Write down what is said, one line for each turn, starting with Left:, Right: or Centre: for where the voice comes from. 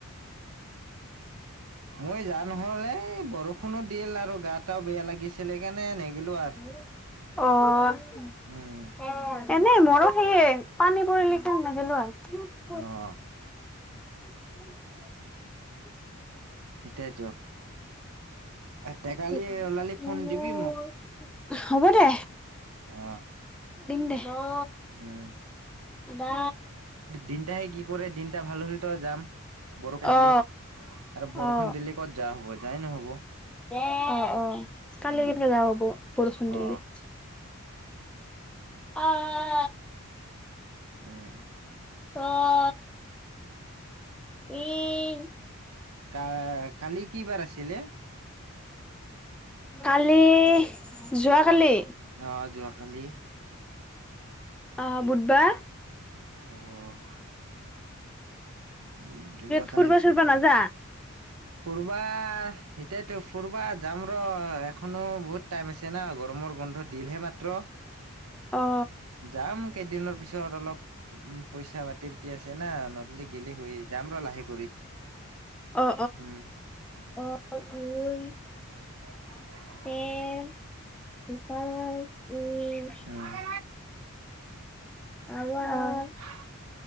Right: মই যোৱা নহ'ল এই বৰষুণো দিল আৰু গা টাও বেয়া লাগিছিল সেইকাৰণে নোগেলো আৰু
Centre: অ
Right: উম
Centre: এনে মোৰো সেয়ে পানী পৰিল সেই কাৰণে নগলো আৰু
Right: অঁ
Centre: <unintelligible>
Right: সেইটাইতো, তে কালি
Centre: কি
Right: ওলালি ফোন
Centre: মোৰ,
Right: দিবি মোক
Centre: হ'ব দে
Right: অ
Centre: দিম দে অ,
Right: উম,
Centre: বা,
Right: দিনটাই কি কৰে দিনটা ভাল হ'লে তো যাম বৰষুণ
Centre: অ
Right: দিলে আৰু বৰষুণ
Centre: অ
Right: দিলে কত যোৱা হ'ব যোৱাই নহ'ব।
Centre: অ অ
Right: উম
Centre: কালি কেনেকে যাৱা হ'ব বৰষুণ
Right: অ
Centre: দিলে। অ
Right: উম,
Centre: অ ই
Right: কা কালি কি বাৰ আছিলে
Centre: কালি যোৱাকালি।
Right: অঁ যোৱাকালি। <unintelligible>
Centre: অ বুধবাৰ,
Right: অ উ যোৱা
Centre: ফুৰবা
Right: কালি
Centre: চুৰবা
Right: বুধবাৰ।
Centre: নাযা
Right: ফুৰবা এতিয়াতো ফুৰবা যাম ৰ এখনো বহুত টাইম আছে। না গৰমৰ বন্ধ দিলহে মাত্ৰ
Centre: অ
Right: যাম, কেইদিনৰ পিছত অলপ উ পইচা পাতিৰ কি আছে না ন দিলে হয়ই যাম ৰ লাহে কৰি
Centre: অ
Right: উম,
Centre: অ উই <unintelligible>
Right: <unintelligible>
Centre: <unintelligible>
Right: উম
Centre: অ',
Right: উম